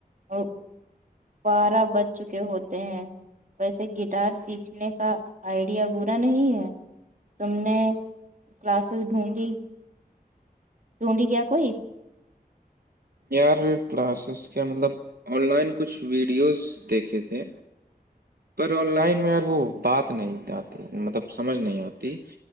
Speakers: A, on the right; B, on the right.
A: اور بارہ بج چکے ہوتے ہیں ویسے گٹار سیکھنے کا آئیڈیا برا نہیں ہے تم نے کلاسز ڈھونڈی ڈھونڈی کیا کوئی
B: یار کلاسز کے مطلب آن لائن کچھ ویڈیوز دیکھے تھے پر آن لائن میں وہ بات نہیں آ مطلب سمجھ نہیں آتی